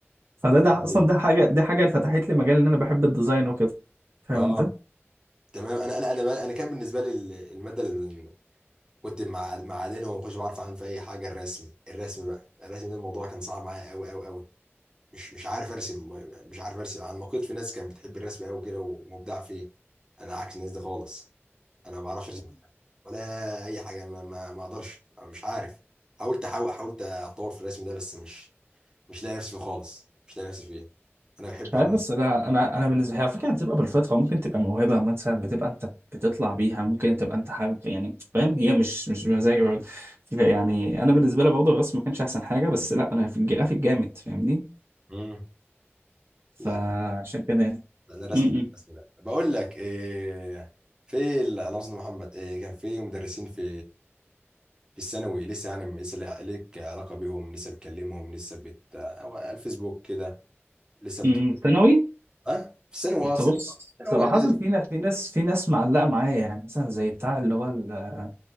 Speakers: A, on the right (about 60°); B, on the right (about 15°).
A: فده ده
B: أيوة.
A: اصلا ده حاجة دي حاجة اللي فتحت لي مجال ان انا بحب الديزاين وكده فاهم
B: اه
A: انت
B: تمام انا انا انا بقى- انا كان بالنسبه لي ال- الماده اللي كنت مع معادن وما كنتش بعرف عنها في اي حاجه الرسم الرسم بقى الرسم ده الموضوع كان صعب معايا قوي قوي قوي مش مش عارف ارسم مش عارف ارسم انا نقيت في ناس كانت بتحب الرسم قوي كده ومبدع فيه انا عكس الناس دي خالص انا ما بعرفش ارسم ولا اي حاجه ما, ما, ما اقدرش مش عارف حاولت احاول حاولت اتطور في الرسم ده بس مش مش لاقي نفسي فيه خالص مش لاقي نفسي فيه انا بحب
A: مش عارف
B: الر-
A: بس انا انا انا بالنسبه هي على فكره هتبقى بالفطره ممكن تبقى موهبه مثلا بتبقى انت بتطلع بيها ممكن تبقى انت حابب يعني فاهم هي مش مش مزاجي برضه يعني انا بالنسبه لي برضه الرسم ما كانش احسن حاجه بس لا انا في الجرافيك جامد فاهمني
B: مم.
A: فعشان
B: لا
A: كده يعني
B: انا رسمي
A: م-
B: لا رسمي لا بقول لك إيه في ال- اللهم صل على محمد إيه كان في مدرسين في في الثانوي لسه يعني لسه لي- ليك علاقه بيهم لسه بتكلمهم لسه بت او على الفيسبوك كده لسه
A: م-
B: بت
A: م- ثانوي
B: اه في الثانوي
A: انت
B: اه في
A: بص
B: ثانوي ثانوي
A: صراحه
B: اعدادي
A: في ناس في ناس في ناس معلقه معايا يعني مثلا زي بتاع اللي هو ال-